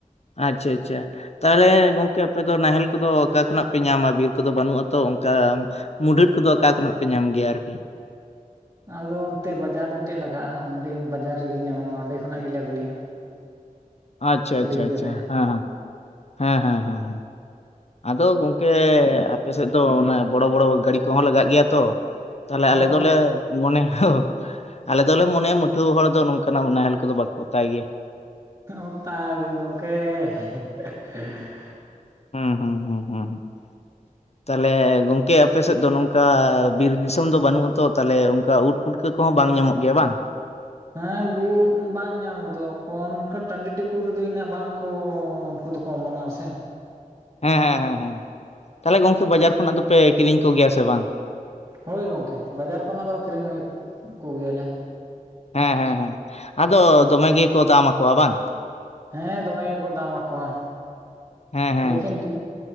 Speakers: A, on the left (about 50°); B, on the right (about 35°).
A: ᱟᱪᱪᱷᱟ ᱟᱪᱪᱷᱟ᱾ ᱛᱟᱦᱚᱞᱮ ᱜᱚᱝᱠᱮ ᱟᱯᱮ ᱫᱚ ᱱᱟᱦᱮᱞ ᱠᱚᱫᱚ ᱚᱠᱟ ᱠᱷᱚᱱᱟᱜ ᱯᱮ ᱧᱟᱢᱟ ᱵᱤᱨ ᱠᱚᱫᱚ ᱵᱟᱹᱱᱩᱜ ᱟᱛᱚ ᱚᱝᱠᱟ ᱢᱩᱰᱷᱟᱹᱫ ᱠᱚᱫᱚ ᱚᱠᱟ ᱠᱷᱚᱱᱟᱜ ᱯᱮ ᱧᱟᱢ ᱜᱮᱭᱟ ᱟᱨᱠᱤ?
B: ᱟᱫᱚ ᱚᱱᱛᱮ ᱵᱟᱡᱟᱨ ᱢᱤᱫᱴᱮᱡ ᱞᱟᱜᱟᱜᱼᱟ᱾ ᱚᱸᱰᱮ ᱵᱟᱡᱟᱨ ᱨᱮᱜᱮ ᱧᱟᱢᱚᱜᱼᱟ᱾ ᱚᱸᱰᱮ ᱠᱷᱚᱱᱟᱜ ᱜᱮᱞᱮ ᱟᱹᱜᱩᱭᱟ᱾
A: ᱟᱪᱪᱷᱟ
B: ᱠᱤᱨᱤᱧ
A: ᱟᱪᱪᱷᱟ ᱟᱪᱪᱷᱟ
B: ᱠᱟᱛᱮᱫ
A: ᱦᱮᱸ ᱦᱮᱸ ᱦᱮᱸ ᱦᱮᱸ ᱦᱮᱸ᱾ ᱟᱫᱚ ᱜᱚᱝᱠᱮ ᱟᱯᱮ ᱥᱮᱫ ᱫᱚ ᱚᱱᱟ ᱵᱚᱲᱚ ᱵᱚᱲᱚ ᱜᱟᱹᱲᱤ ᱠᱚᱦᱚᱸ ᱞᱟᱜᱟᱜ ᱜᱮᱭᱟ ᱛᱚ᱾ ᱛᱟᱦᱚᱞᱮ
B: ᱦᱳᱭ
A: ᱟᱞᱮ ᱫᱚᱞᱮ ᱢᱚᱱᱮ ᱟᱞᱮ ᱫᱚᱞᱮ ᱢᱚᱱᱮᱭᱟ ᱢᱩᱴᱷᱣᱟᱹ ᱦᱚᱲ ᱫᱚ ᱱᱚᱝᱠᱟᱱ ᱟᱜ ᱱᱟᱦᱮᱞ ᱠᱚᱫᱚ ᱵᱟᱠᱚ ᱚᱛᱟᱭ ᱜᱮᱭᱟ
B: <unintelligible>
A: ᱦᱩᱸ ᱦᱩᱸ᱾ ᱦᱩᱸ ᱦᱩᱸ᱾ ᱛᱟᱦᱞᱮ ᱜᱚᱝᱠᱮ ᱟᱯᱮᱥᱮᱫ ᱫᱚ ᱱᱚᱝᱠᱟ ᱵᱤᱨ ᱫᱤᱥᱚᱢ ᱫᱚ ᱵᱟᱹᱱᱩᱜ ᱟᱛᱚ ᱛᱟᱦᱚᱞᱮ ᱚᱱᱠᱟ ᱩᱫ ᱯᱩᱴᱠᱟᱹ ᱠᱚᱦᱚᱸ ᱵᱟᱝ ᱧᱟᱢᱚᱜ ᱜᱮᱭᱟ ᱵᱟᱝ?
B: ᱦᱮᱸ ᱵᱩ ᱵᱟᱝ ᱧᱟᱢᱚᱫᱚᱜ ᱠᱚᱱ ᱴᱟᱺᱰᱤ ᱴᱩᱠᱩ ᱨᱮᱫᱚ ᱤᱱᱟᱹᱜ ᱵᱟᱝᱠᱚ ᱩᱱᱠᱩ ᱫᱚ ᱠᱚ ᱚᱢᱚᱱᱚᱜ ᱟ ᱥᱮ᱾
A: ᱦᱮᱸ ᱦᱮᱸ ᱦᱮᱸ ᱦᱮᱸ ᱛᱟᱦᱚᱞᱮ ᱜᱚᱢᱠᱮ ᱵᱟᱡᱟᱨ ᱠᱷᱚᱱᱟᱜ ᱫᱚᱯᱮ ᱠᱤᱨᱤᱧ ᱠᱚᱜᱮᱭᱟ ᱥᱮ ᱵᱟᱝ?
B: ᱦᱳᱭ ᱜᱚᱝᱠᱮ ᱵᱟᱡᱟᱨ ᱠᱷᱚᱱᱟᱜ ᱫᱚ ᱠᱤᱨᱤᱧ ᱦᱩᱭ ᱠᱚᱜᱮᱭᱟᱞᱮ᱾
A: ᱦᱮᱸ ᱦᱮᱸ ᱦᱮᱸ ᱟᱫᱚ ᱫᱚᱢᱮ ᱜᱮᱠᱚ ᱫᱟᱢ ᱟᱠᱚᱣᱟ ᱵᱟᱝ?
B: ᱦᱮᱸ ᱫᱚᱢᱮ ᱜᱮᱠᱚ ᱫᱟᱢ ᱟᱠᱚᱣᱟ
A: ᱦᱮᱸ ᱦᱮᱸ
B: ᱞᱮᱠᱤᱱ